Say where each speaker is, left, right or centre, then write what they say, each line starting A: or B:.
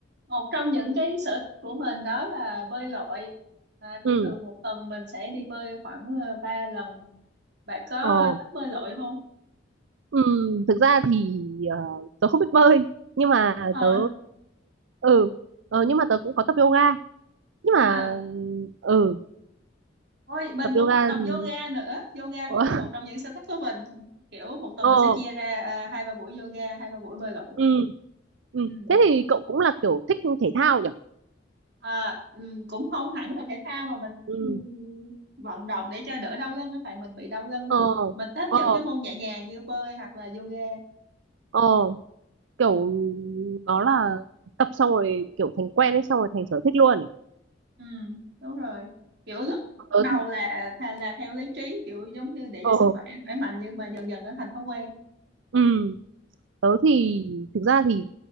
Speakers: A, on the right; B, on the right.
A: một trong những cái sở thích của mình đó là bơi lội à, thì
B: ừ
A: thường một tuần mình sẽ đi bơi khoảng ờ, 3 lần bạn có
B: ờ
A: thích bơi lội không
B: ừ, thực ra thì ờ, tớ không biết bơi nhưng mà
A: ờ
B: tớ ừ ờ, nhưng mà tớ cũng có tập yoga nhưng mà
A: à
B: ừ
A: ôi mình
B: tập
A: cũng
B: yoga
A: thích tập
B: thì
A: yoga nữa yoga
B: <laughs>
A: cũng là một trong những sở thích của mình kiểu một tuần
B: ờ
A: mình sẽ chia ra à, hai ba buổi yoga hai ba buổi bơi lội
B: ừ ừ
A: ừ.
B: thế thì cậu cũng là kiểu thích thể thao nhỉ
A: À, ừ, cũng không hẳn là thể thao mà mình
B: ừ
A: ừ, vận động để cho đỡ đau lưng á, tại mình bị đau lưng
B: ờ
A: mình thích
B: ờ
A: những cái môn nhẹ nhàng như bơi hoặc là yoga
B: ờ kiểu nó là tập xong rồi kiểu thành quen ấy xong rồi thành sở thích luôn ấy.
A: Ừ, đúng rồi. Kiểu lúc
B: tớ
A: đầu
B: thì-
A: là thà là theo lý trí kiểu giống như để
B: ờ
A: cho sức khỏe khỏe mạnh nhưng mà dần dần nó thành thói quen.
B: ừ tớ thì thực ra thì